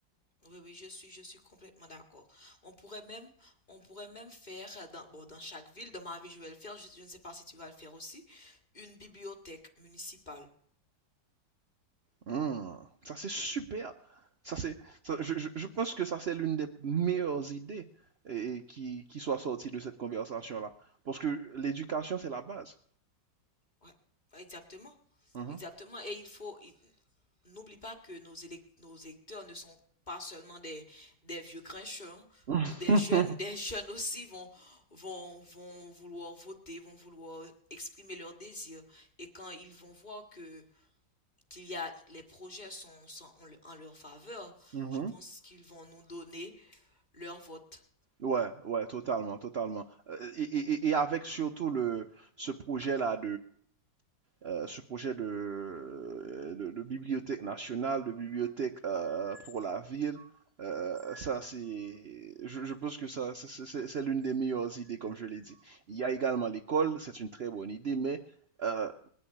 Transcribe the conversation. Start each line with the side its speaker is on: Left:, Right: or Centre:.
Left: Oui, oui, je suis, je suis complètement d'accord. On pourrait même, on pourrait même faire euh, dans, bon, dans chaque ville, dans ma ville, je vais le faire, je, je ne sais pas si tu vas le faire aussi, une bibliothèque municipale.
Right: Mmh. Ça, c'est super. Ça, c'est, ça- je, je- je pense que ça, c'est l'une des meilleures idées et, qui, qui soit sortie de cette conversation-là. Parce que l'éducation, c'est la base.
Left: Ouais, ouais, exactement.
Right: Mhm.
Left: Exactement. Et il faut, il- N'oublie pas que nos, élec- nos électeurs ne sont pas seulement des, des vieux grincheux. hein.
Right: <laughs>
Left: Des jeunes, des jeunes aussi vont, vont, vont vouloir voter, vont vouloir exprimer leurs désirs. Et quand ils vont voir que qu'il y a les projets sont, sont en, en leur faveur,
Right: Mhm.
Left: je pense qu'ils vont nous donner leur vote.
Right: Ouais, ouais, totalement, totalement. Euh, Et, et- et- et avec surtout le, ce projet-là euh, ce projet de, euh, de, de bibliothèque nationale, de bibliothèque euh, pour la ville. Euh, ça, c'est, je, je pense que ça, c'est c'est- l'une des meilleures idées, comme je l'ai dit. Il y a également l'école, c'est une très bonne idée, mais euh,